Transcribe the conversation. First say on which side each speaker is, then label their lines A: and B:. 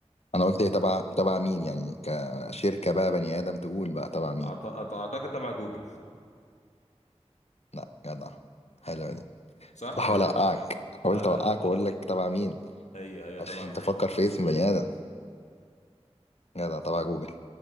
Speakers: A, on the left; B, on the left.
A: انا قلت ايه تبع تبع مين يعني كشركة بقى بني آدم تقول بقى تبع مين
B: أعت... أعت- اعتقد تبع جوجل
A: لا جدع حلو
B: صح
A: كنت بحاول
B: يا ده
A: اوقعك
B: لا
A: حاولت
B: لا
A: اوقعك واقول لك تبع مين
B: هي هي
A: عشان
B: تبع جوجل
A: تفكر في اسم بني ادم جدع تبع جوجل